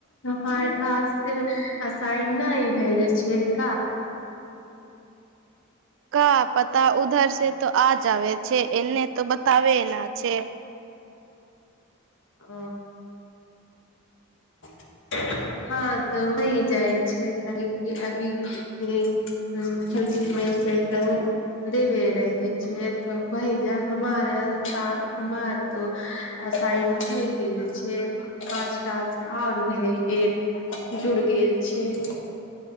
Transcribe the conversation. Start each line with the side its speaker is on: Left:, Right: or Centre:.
Left: हमार टाक्स के आसाइ नहि भेल छै का
Right: का पता उधर से तो आ जाबे छै एने तऽ बताबे ना छै
Left: अ <unintelligible> हँ तऽ होइ जाइ छै काहेकि अभी ई उ खेलखिन ये से तऽ ओ देबे रहै छिय तऽ भैजा हमार यहाँ हमार तो इन भ गेल छै पाँचटा आर भय एक जुड़ गेल छै